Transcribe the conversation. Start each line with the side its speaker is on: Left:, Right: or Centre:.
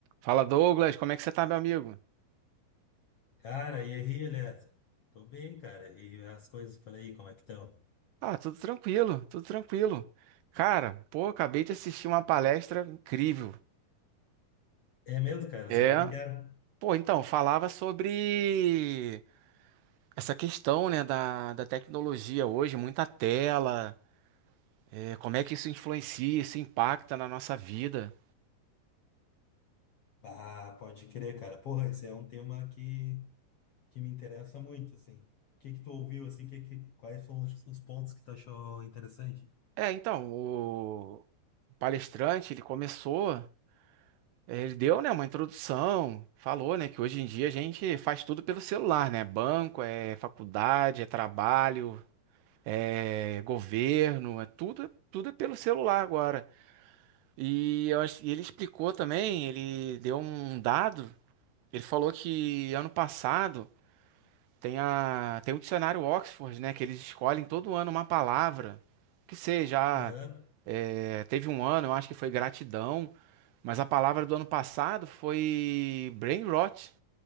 Right: Fala Douglas, como é que você tá, meu amigo?
Left: Cara, e aí, Eliezer? Tô bem, cara. E as coisas por aí, como é que estão?
Right: Ah, tudo tranquilo, tudo tranquilo. Cara, pô, acabei de assistir uma palestra incrível.
Left: É mesmo, cara?
Right: É,
Left: Sobre o que que era?
Right: pô, então, falava sobre essa questão, né, da, da tecnologia hoje, muita tela, é, como é que isso influencia, isso impacta na nossa vida.
Left: Ah, pode crer, cara. Porra, esse é um tema que, que me interessa muito, assim. O que que tu ouviu, assim? Que que, quais foram os, os pontos que tu achou interessante?
Right: É, então, o palestrante, ele começou. É, Ele deu, né, uma introdução, falou, né, que hoje em dia a gente faz tudo pelo celular, né? Banco, é faculdade, é trabalho, é governo, é tudo, é tudo é pelo celular agora. E eu acho- e ele explicou também, ele deu um dado, ele falou que ano passado tem a tem o dicionário Oxford, né, que eles escolhem todo ano uma palavra que seja
Left: Aham.
Right: é, teve um ano, eu acho que foi gratidão, mas a palavra do ano passado foi brain rot,